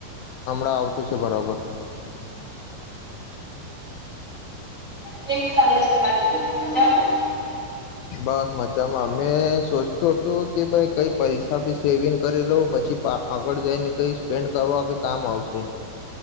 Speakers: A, on the left; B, on the right.
A: હમણાં આવતું છે બરાબર.
B: કેવું ચાલે છે બાકી બધું મજામાં?
A: બસ મજામાં અમે સોચતું હતું કે ભાઈ કઈ પૈસા ભી સેવિંગ કરી લઉ પછી આગળ જઈને કઈ સ્પેન્ડ કરવા બી કામ આવશે.